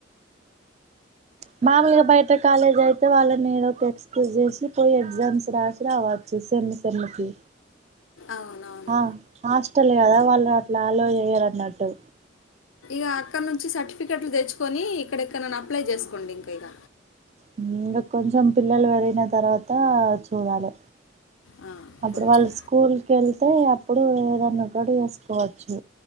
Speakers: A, on the right; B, on the left.
A: ప్చ్ మామూలుగా బయట కాలేజ్ లో అయితే, వాళ్ళని ఏదో ఎక్స్క్యూజ్ చేసి పోయి, ఎగ్జామ్స్ రాసి రావచ్చు. సెమ్మ్, సెమ్ముకి
B: అవునవును
A: ఆ హాస్టల్ కదా, వాళ్ళు అట్లా అల్లో చేయరన్నట్టు
B: ఇకా అక్కనుంచి సర్టిఫికెట్లు తెచ్చుకొని, ఇక్కడ ఎక్కన్నన్నా అప్లై జేసుకోండి. ఇంక ఇగ
A: హ్మ్ ఇంగ కొంచెం పిల్లలు పెరిగిన తర్వాత చూడాలి.
B: ఆ,
A: అప్పుడు
B: కొంచెం
A: వాళ్ళ్ స్కూల్ కెల్ తే అప్పుడు ఏదన్నా కడీ చేసుకోవచ్చు.